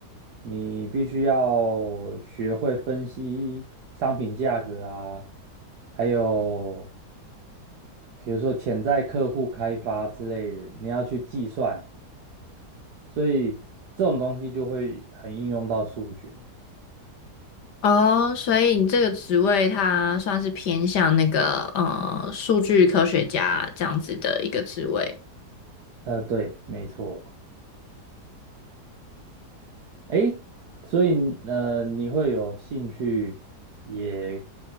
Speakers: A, on the right (about 70°); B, on the left (about 80°).
A: 你必须要学会分析商品价格啊，还有比如说潜在客户开发之类的，你要去计算，所以这种东西就会很应用到数学。
B: 哦，所以你这个职位它算是偏向那个呃数据科学家这样子的一个职位。
A: 呃，对，没错。诶，所以呃，你会有兴趣也